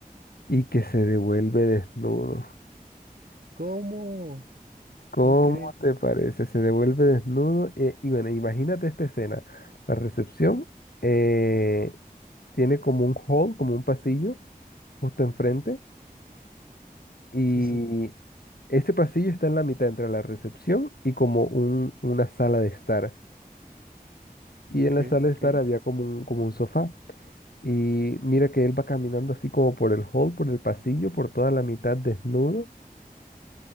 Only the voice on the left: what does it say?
y que se devuelve desnudo.
¿Cómo
te parece? Se devuelve desnudo eh, y bueno, imagínate esta escena. La recepción eh, tiene como un hall, como un pasillo justo enfrente y
ese pasillo está en la mitad entre la recepción y como un- una sala de estar. Y
en la sala de estar
había como un, como un sofá. Y mira que él va caminando así como por el hall, por el pasillo, por toda la mitad desnudo,